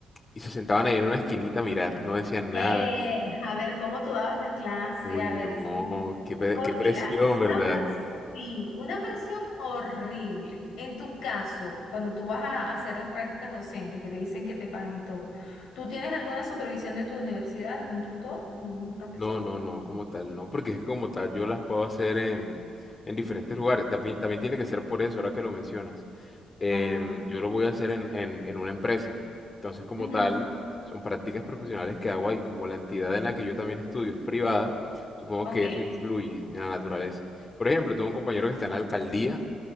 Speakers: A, on the left; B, on the left.
A: y se sentaban ahí en una esquinita a mirar, no decían
B: Eh,
A: nada.
B: a ver cómo tú dabas la clase,
A: Uy,
B: a ver
A: no,
B: si
A: qué, pre-
B: Hor-
A: qué presión,
B: mira, una
A: ¿verdad?
B: presión, sí, una presión horrible. En tu caso, cuando tú vas a hacer las prácticas docentes, que te dicen que te pagan y todo, ¿tú tienes alguna supervisión de tu universidad, algún tutor, algún profesor?
A: No, no, no, como tal, no, porque es como tal, yo las puedo hacer en, en diferentes lugares. También, también tiene que ser por eso, ahora que lo mencionas. Em,
B: Ah,
A: yo lo voy a hacer en, en, en una empresa. Entonces, como
B: ujú,
A: tal, son prácticas profesionales que hago ahí, como la entidad en la que yo también estudio es privada, supongo
B: ok.
A: que eso influye en la naturaleza. Por ejemplo, tengo un compañero que está en la alcaldía,